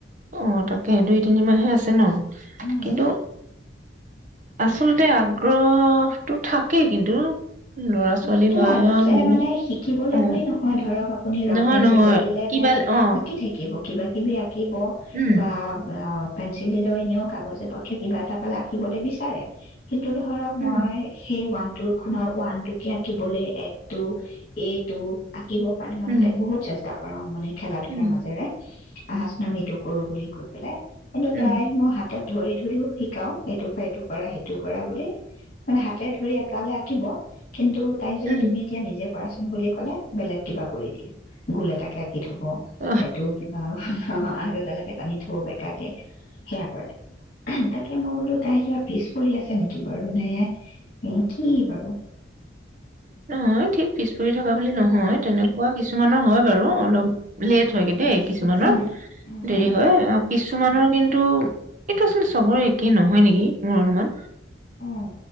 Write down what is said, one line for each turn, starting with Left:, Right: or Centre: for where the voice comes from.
Right: অ তাকে দুই তিনিমাহে আছে ন
Left: উম।
Right: কিন্তু আচলতে আগ্ৰহটো থাকেই কিন্তু ল'ৰা
Left: আগ্ৰহতো
Right: ছোৱালী বা
Left: আছে
Right: মোৰ
Left: মানে শিকিবলে
Right: অ'।
Left: বুলি নহয় ধৰক আপুনি ৰং
Right: নহয়
Left: পেঞ্চিল
Right: নহয়
Left: এদাল দিলে
Right: কিবা
Left: তাই
Right: অ
Left: আঁকি থাকিব কিবা কিবি আকি থাকিব
Right: উম
Left: বা অ পেঞ্চিল দিলেও এনেও কাগজে পত্ৰে কিবা এটা পালে আঁকিবলে বিচাৰে কিন্তু ধৰক
Right: উম
Left: মই সেই ওৱান টোৰ খনৰ ওৱান টু কে আঁকিবলে এক টু এ টু আ আকিব কাৰণে মানে
Right: উম
Left: তাই বহুত চেষ্টা কৰে কৰাঁও মানে খেলা ধূলাৰ
Right: উম
Left: মাজেৰে আহা চুন আমি এইটো কৰোঁ বুলি কৈ পেলাই এনেও
Right: উম
Left: তাই মই হাতত ধৰি ধৰিও শিকাও এইটো পৰা, এইটো কৰা, সেইটো কৰা বুলি, মানে হাতে ধৰি এককালে আঁকিব। কিন্তু তাইক যদি
Right: উম
Left: তুমি এতিয়া নিজে কৰাচোন বুলি কলে বেলেগ কিবা কৰি দিয়ে। গোল এটাকে আঁকি ঠব
Right: অহ,
Left: এইেটো কিবা আৰু তালে তাক আনি থওঁ বেকাকে সেয়া কৰে, তাকে মই বোলো তাই কিবা পিছপৰি আছে নেকি বাৰু নেহ কি বাৰু।
Right: অহ ঠিক পিছ পৰি থকা বুলি নহয়, তেনেকুৱা কিছুমানৰ
Left: উম
Right: হয় বাৰু। অলপ লেট হয়গে দেই কিছুমানৰ
Left: উম উম
Right: দেৰি
Left: উম
Right: হয় আৰু কিছুমানৰ
Left: উম
Right: কিন্তু এইটো চোন চবৰে একেই নহয় নেকি মোৰ অনুমান।
Left: অ